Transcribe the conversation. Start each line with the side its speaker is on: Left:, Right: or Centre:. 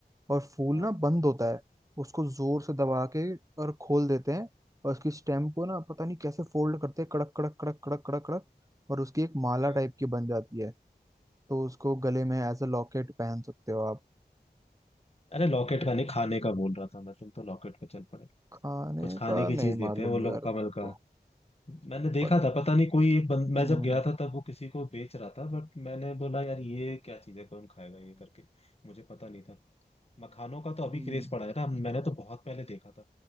Right: और फूल
Left: हाँ
Right: ना बंद होता है उसको जोर से दबा के और खोल देते हैं और उसकी स्टेम को ना पता नहीं कैसे फोल्ड करते हैं कड़क कड़क कड़क कड़क कड़क कड़क और उसकी एक माला
Left: हाँ।
Right: टाइप की बन जाती है तो उसको गले में एज अ लॉकेट पहन सकते हो आप
Left: अरे लॉकेट का नहीं खाने का बोल रहा था मैं तुम तो लॉकेट पे चल पड़े
Right: खाने
Left: कुछ खाने
Right: का
Left: की
Right: नहीं
Left: चीज देते
Right: मालूम
Left: हैं वो लोग
Right: यार
Left: कमल
Right: मेरे
Left: का
Right: को
Left: मैंने देखा
Right: बट
Left: था पता नहीं कोई एक बंद मैं
Right: हम्म
Left: जब गया था तब वो किसी को बेच रहा था बट मैंने बोला यार ये क्या चीज है कौन खाएगा ये करके मुझे पता नहीं था मखानों का तो अभी
Right: हम्म,
Left: क्रेज पड़ा है ना मैंने तो बहुत पहले देखा था